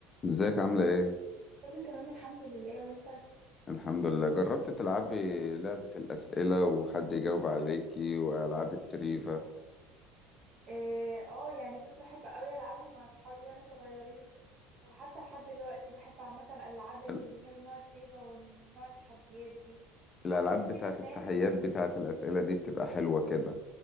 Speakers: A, on the left (about 25°); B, on the right (about 40°).
A: ازيك عاملة ايه؟
B: كله تمام الحمد لله وانت
A: الحمد لله جربت تلعبي لعبة الأسئلة وحد يجاوب عليكي وألعاب التريفا
B: اه آه، يعني كنت بحب قوي العبها مع صحابي وانا صغيرين وحتى لحد دلوقتي بحب عامه الالعاب اللي
A: ال-
B: هي من نوع تريفا ونوع التحديات دي وحتى
A: الألعاب
B: كان في
A: بتاعة
B: برنامج
A: التحيات بتاعة الأسئلة دي بتبقى حلوة كده